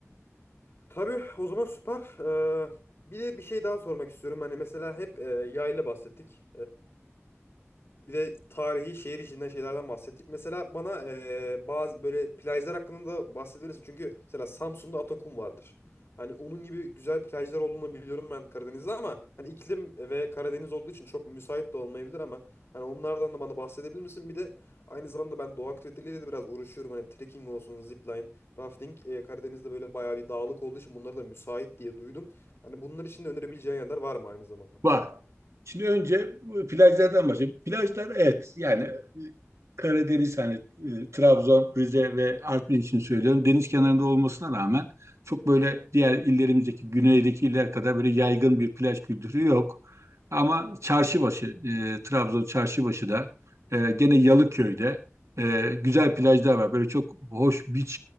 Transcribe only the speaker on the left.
Tabii o zaman süper. Ee, bir de bir şey daha sormak istiyorum. Hani mesela hep e, yayla bahsettik. Bir de tarihi şehir içinden şeylerden bahsettik. Mesela bana eee, bazı böyle plajlar hakkında da bahsedebilirsin. Çünkü mesela Samsun'da Atakum vardır. Hani onun gibi güzel plajlar olduğunu biliyorum ben Karadeniz'de ama hani iklim ve Karadeniz olduğu için çok müsait de olmayabilir ama hani onlardan da bana bahsedebilir misin? Bir de aynı zamanda ben doğa aktiviteleriyle de biraz uğraşıyorum. Hani trekking olsun, zipline, rafting. Eee, Karadeniz'de böyle bayağı bir dağlık olduğu için bunlara da müsait diye duydum. Hani bunlar için de önerebileceğin yerler var mı aynı zamanda?